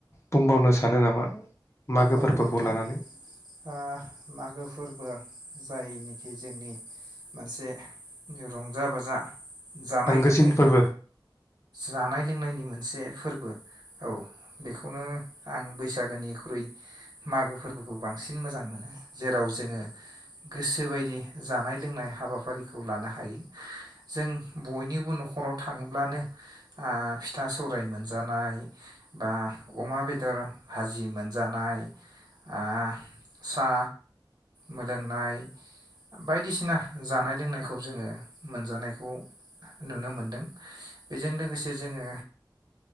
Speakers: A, on the left; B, on the right.
A: बुंबावनो सानो नामा? मागो
B: औ
A: फोरबोखौ
B: नोंथां
A: लानानै
B: ओ मागो फोरबो जायनिखि जोंनि मोनसे रंजा बाजा जानाय
A: आंगोसिन
B: लोंनायनि
A: फोरबो
B: जानाय लोंनायनि मोनसे फोरबो औ बेखौनो आं बैसो फागनिख्रुइ मागो फोरबोखौ बांसिन मोजां मोनो जेराव जोङो गोसो बायदि जानाय लोंनाय हाबाफारिखौ लानो हायो जों बयनिबो न'खराव थाङोब्लानो आ फिथा सौराय मोनजानाय बा अमा बेदर भाजि मोन जानाय आ सा मोलोंनाय बायदिसिना जानाय लोंनायखौ जोङो मोनजानायखौ नुनो मोनदों बेजों लोगोसे जोङो